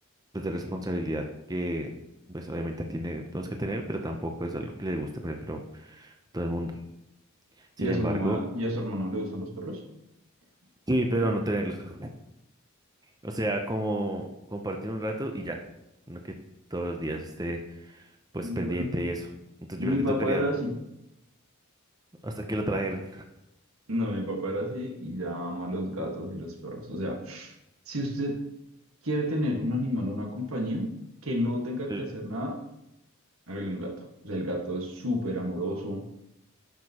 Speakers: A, on the right; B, on the right.
A: pues, de responsabilidad que pues obviamente tiene, tenemos que tener, pero tampoco es algo que le guste, por ejemplo, a todo el mundo. Sin
B: ¿Y a
A: embargo,
B: su mamá y a su hermano le gustan los perros?
A: sí, pero no tenerlos. <laughs> O sea, como compartir un rato y ya. No que todos los días esté pues
B: Bueno,
A: pendiente y eso. Entonces
B: mi
A: yo creo que
B: papá
A: tocaría
B: era así.
A: hasta que lo trajeran.
B: No, mi papá era así y ya ama los gatos y los perros. O sea, si usted quiere tener un animal o una compañía que no tenga
A: Sí.
B: que hacer nada, hágale un gato. O sea, el gato es súper amoroso,